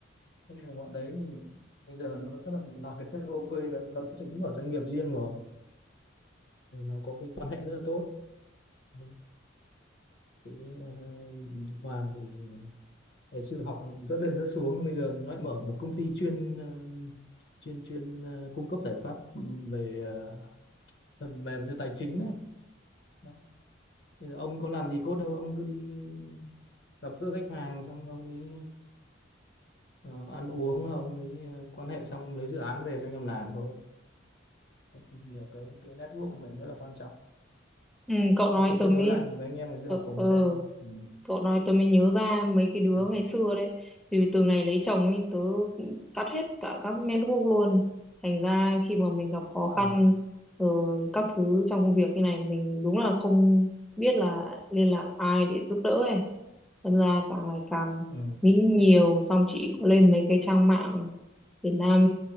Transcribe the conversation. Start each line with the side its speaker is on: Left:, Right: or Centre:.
Left: Thế nhưng mà bọn đấy thì bây giờ nó rất là làm việc rất là ok và lập trình mở doanh nghiệp riêng rồi thì nó có cái quan hệ rất là tốt đấy. cái ờ, Hoàng thì ngày xưa học rất lên rất xuống nhưng bây giờ nó lại mở một công ty chuyên ờ, chuyên chuyên ờ, cung cấp giải pháp về ờ, phần mềm cho tài chính đấy. Đấy. Bây giờ ông có làm gì cốt đâu ông cứ đi gặp gỡ khách hàng xong ông ấy ờ, ăn uống ông ấy ờ, quan hệ xong ông lấy dự án về cho anh em làm thôi Đấy, thì nhiều cái cái network của mình rất là quan trọng
Centre: ừ cậu nói
Left: đấy thử
Centre: tớ
Left: kết
Centre: mới
Left: nối lại mấy anh em ngày xưa
Centre: ừ,
Left: học cùng
Centre: ừ
Left: xem ừ,
Centre: Cậu nói tớ mới nhớ ra mấy cái đứa
Left: ừ,
Centre: ngày xưa đấy. Vì từ ngày lấy chồng ấy tớ cũng cắt hết cả các network luôn. Thành ra khi mà mình gặp khó khăn
Left: ừ,
Centre: rồi các thứ trong công việc như này mình đúng là không biết là liên lạc ai để giúp đỡ ấy. Thành ra càng ngày càng
Left: ừ,
Centre: nghĩ nhiều xong chị có lên mấy cái trang mạng Việt Nam